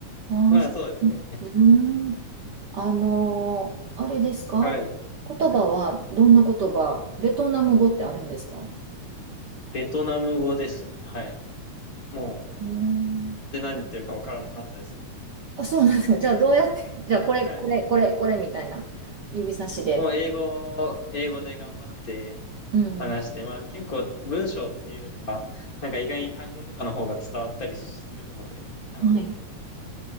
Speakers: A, on the right; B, on the left.
A: ああそううん。
B: まあ、そうですね。
A: あのーあれですか言葉はどんな言葉ベトナム語ってあるんですか
B: はい。ベトナム語ですね。はい。も
A: うん。
B: う、全然何言ってるかわからなかったですね。
A: あ、そうなんですか。じゃあどうやって、じゃあこれ、
B: はい。
A: これ、これ、これみたいな指差しで。
B: もう、英語、英語で頑張って話して、
A: うん。
B: まあ、結構文章っていうよりは、なんか意外に単語とかの方が伝わったりするので、単語で
A: はい。